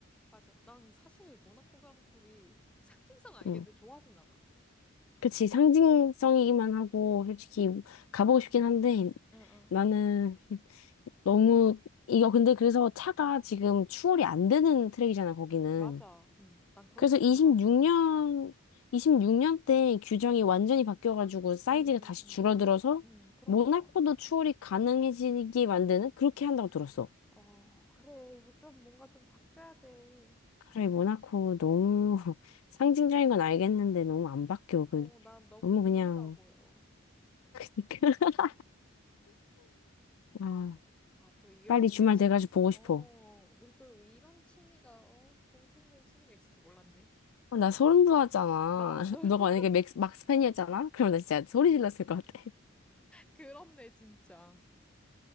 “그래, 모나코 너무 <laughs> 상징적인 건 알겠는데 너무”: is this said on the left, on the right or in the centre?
Left